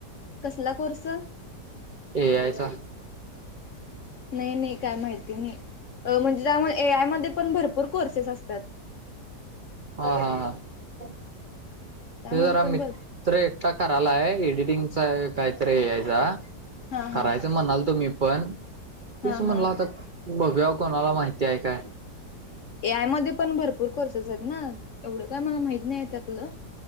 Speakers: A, on the left (about 65°); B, on the right (about 60°).
A: कसला कोर्स?
B: ए आय चा.
A: नाही.. नाही. काय माहिती नाही, अं म्हणजे त्यामुळे ए आय मध्ये पण भरपूर कोर्सेस असतात.
B: हा हा. हा.
A: त्यामध्ये
B: ते जरा
A: पण
B: मित
A: भर
B: त्र एकटा करालाय आहे एडिटिंगचा काहीतरी ए आय चा
A: हा हा
B: करायचं
A: हा
B: म्हणालतो मी पण,
A: हा
B: तेच
A: हा
B: म्हणला आता बघूया कोणाला माहिती आहे काय.
A: ए आय मध्ये पण भरपूर कोर्सेस आहेत ना, एवढं काय मला माहती नाही त्यातलं.